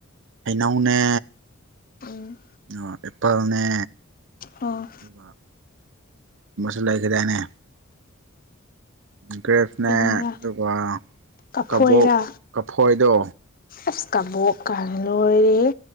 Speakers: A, on the right; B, on the left.
A: ꯍꯩꯅꯧꯅꯦ
B: ꯎꯝ
A: <unintelligible> ꯑꯦꯄꯜꯅꯦ
B: ꯑꯣ
A: ꯑꯗꯨꯒ ꯑꯃꯁꯨ ꯂꯩꯈꯤꯗꯥꯢꯅꯦ ꯒ꯭ꯔꯦꯐꯅꯦ
B: ꯀꯩꯅꯣꯔꯥ
A: ꯑꯗꯨꯒ
B: ꯀꯐꯣꯏꯔꯥ
A: ꯀꯕꯣꯛ ꯀꯐꯣꯏꯗꯣ
B: ꯑꯁ ꯀꯕꯣꯛꯀꯥꯢꯅ ꯂꯣꯏꯔꯦꯍꯦ